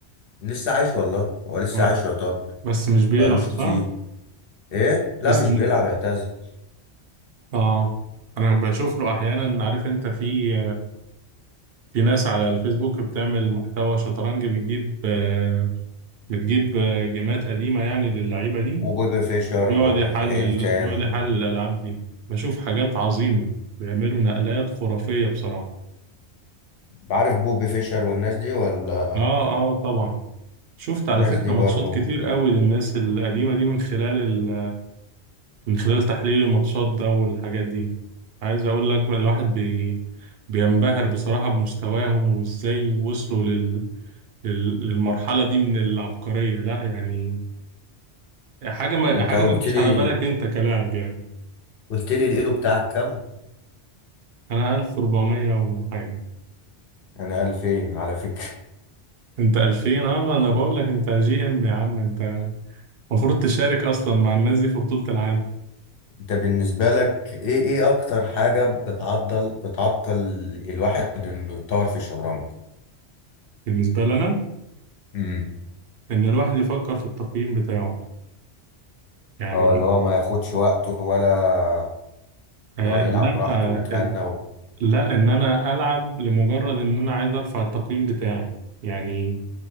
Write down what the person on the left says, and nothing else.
لسه عايش والله هو لسه
عايش يعتبر
بقالوش
كتير ايه لا
مش بيلعب اعتزل
وبوبي فيشر
وميخائيل
تال
عارف بوبي فيشر والناس دي ولا
الناس
دي برضو
انت
قلت
لي
قلت لي الايلو بتاعك كام
انا 2000 على فكرة
<laughs> انت بالنسبة لك ايه ايه اكتر حاجة بتعضل بتعطل الواحد انه يتطور في الشطرنج
امم
اه اللي هو ما ياخدش وقته ولا
اللي هو يلعب
براحته
ويتأنى و...